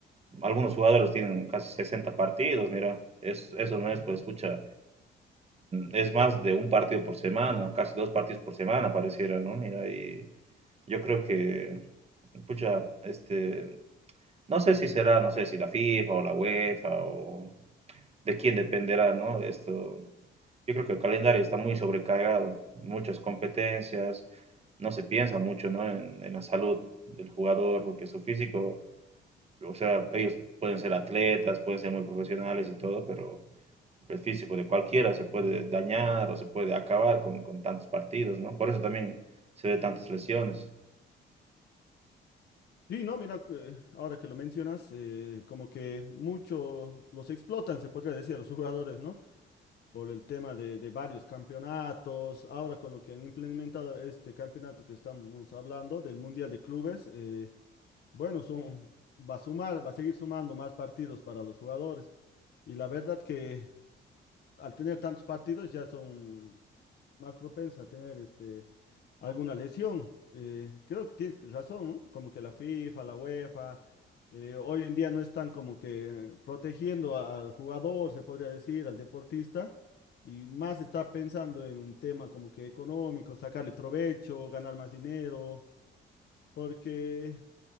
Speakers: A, on the right (about 30°); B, on the left (about 55°).
A: algunos jugadores tienen casi 60 partidos, mira, es, eso no es, pues, escucha, es más de un partido por semana, casi dos partidos por semana pareciera, ¿no? Mira, y... Yo creo que, pucha, este, no sé si será, no sé si la FIFA o la UEFA o de quién dependerá, ¿no? Esto, yo creo que el calendario está muy sobrecargado, muchas competencias, no se piensa mucho, ¿no? En, en la salud del jugador, porque su físico, o sea, ellos pueden ser atletas, pueden ser muy profesionales y todo, pero el físico de cualquiera se puede dañar o se puede acabar con, con tantos partidos, ¿no? Por eso también se ve tantas lesiones.
B: Sí, no, mira, eh, ahora que lo mencionas, eh, como que mucho los explotan, se podría decir, a los <laughs> jugadores, ¿no? Por el tema de, de varios campeonatos, ahora con lo que han implementado este campeonato que estamos hablando del Mundial de Clubes, eh, bueno, son- va a sumar, va a seguir sumando más partidos para los jugadores. Y la verdad que al tener tantos partidos ya son más propensas a tener este, alguna lesión. Eh, creo que tienes razón, ¿no? Como que la FIFA, la UEFA, eh, hoy en día no están como que protegiendo a- al jugador, se podría decir, al deportista, y más está pensando en un tema como que económico, sacarle provecho, ganar más dinero, porque